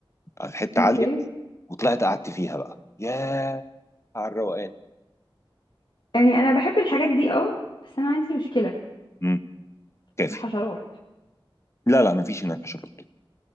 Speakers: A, on the left; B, on the left.
A: على حته
B: اوكي
A: عاليه وطلعت قعدت فيها بقى ياه على الروقان
B: يعني انا بحب الحاجات دي اه بس انا عندي مشكلة
A: امم كافي
B: في الحشرات
A: لا لا مفيش هناك حشرات